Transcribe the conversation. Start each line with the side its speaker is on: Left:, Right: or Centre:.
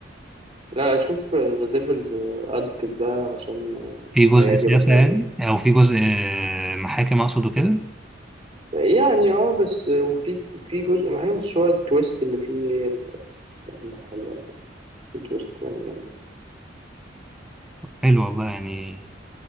Right: لا شوف ذا ديفلز ادفوكيت ده عشان
Centre: في جزء
Right: هيعجبك
Centre: سياسة
Right: قوي
Centre: يعني او في جزء آه، محاكم اقصد وكده
Right: يعني يعني اه بس وفي في جزء ما هي مش هو التويست اللي فيه هي الحلوه يعني في تويست يعني جامده
Centre: حلو والله يعني